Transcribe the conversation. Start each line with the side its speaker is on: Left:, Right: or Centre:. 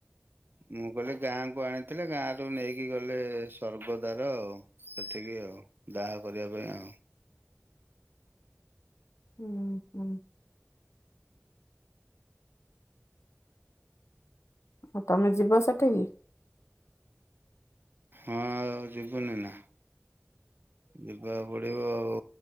Right: ମୁଁ କଇଲି ଗାଁ କୁ ଆଣିଥିଲେ ଗାଁ ରୁ ନେଇକି ଗଲେ ସ୍ଵର୍ଗଦ୍ଵାର। ସେଠିକି ଆଉ ଦାହ କରିବା ପାଇଁ ଆଉ
Left: ହୁଁ ହୁଁ ଆଉ ତମେ ଯିବ ସେଠିକି?
Right: ହଁ ଆଉ ଯିବୁନି ନା। ଯିବାକୁ ପଡିବ ଆଉ